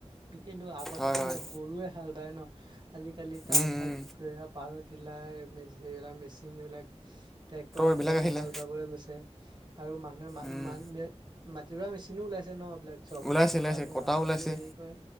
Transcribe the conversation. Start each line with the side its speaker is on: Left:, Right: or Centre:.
Right: কিন্তু আগতেতো
Centre: হয়, হয়।
Right: মোক গৰুৱে হাল বায় ন'। আজিকালি তাৰ
Centre: উম,
Right: ঠাইত
Centre: উম
Right: গৈ পাৱাৰ টিলাৰ মেচিন সেইবিলাক মেচিন এইবলাক। ট্ৰেক্টৰ সেইবিলাকে
Centre: এইবিলাক আহিলে
Right: হাল বাবলৈ লৈছে আৰু মানুহে মা
Centre: উম,
Right: মানু। <unintelligible> মাটি ৰুৱা মেচিনো ওলাইছে নহ এইবিলাক চব
Centre: ওলাইছে ওলাইছে
Right: তাৰপৰা
Centre: কটাও
Right: আজিকালি
Centre: ওলাইছে।
Right: হেৰি কৰে।